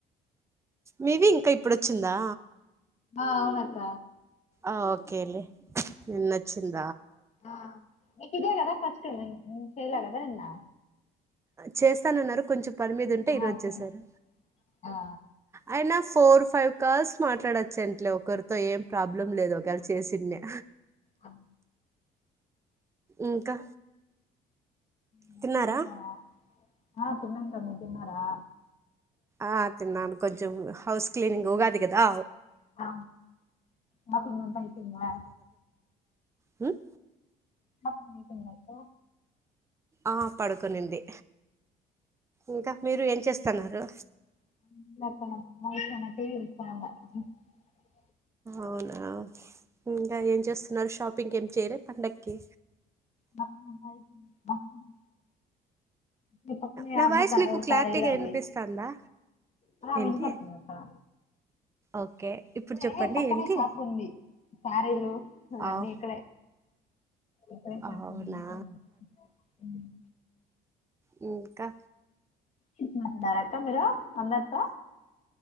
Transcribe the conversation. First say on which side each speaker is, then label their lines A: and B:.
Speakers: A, on the right (about 15°); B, on the left (about 40°).
A: మీవి ఇంకా ఇప్పుడోచ్చిందా
B: ఆ అవునాక్క
A: ఆ ఓకేలే నిన్నోచ్చింది
B: ఆ మీక్ ఇదే కదా ఫస్ట్ మ్ చేయాలా కదా నిన్నా
A: చేస్తానన్నారు కొంచెం పనీమిద ఉంటే
B: ఆ
A: ఈరోజ్ చేసారు
B: చేయలే ఆ
A: అయినా ఫోర్ ఫైవ్ కాల్స్ మాట్లాడొచోంట్లే ఒకరితో ఏం ప్రాబ్లం లేదు ఒకవెల్ చేసున్న
B: అం
A: ఇంకా
B: నువ్వు
A: తిన్నారా
B: తిన్నావా ఆ తిన్నాం క మీరూ తిన్నారా
A: ఆ తిన్నాను కొంచెం హౌస్ క్లీనింగ్ ఉగాది కదా
B: ఆ మాపింగ్ అంత అయిపోయిందా
A: హ్మ్
B: షాపింగ్ అయిపోయిందా అక్క
A: ఆ పడుకునింది ఇంకా మీరు ఎమ్ చేస్తున్నారు
B: <unintelligible>
A: అవునా ఇకా ఏం చేస్తున్నారు షాప్ పికెం చేేయిలా పండకి
B: మాపింగ్ అంత అయిపోయిందా మాపింగ్ మీ పక్కనే
A: నా
B: అమ్మతారు
A: వాయిస్ మీకు క్లారిటీగా
B: శారీలో అవి
A: వినిపిస్తుందా
B: అలా
A: ఏంటి
B: వినపడుతుందకా
A: ఓకే ఇప్పుడు చెప్పండి
B: ఇక్కడ పక్కనే
A: ఏంటి
B: షాప్ ఉంది శారీలు అ
A: అవు
B: అన్ని ఇక్కడే ఇక్కడేం షాపింగ్
A: అవునా
B: ఇంతే హ్మ్
A: హ్మ్ ఇంకా
B: ఇటె మాట్డార అక్క మీరు అందర్తొ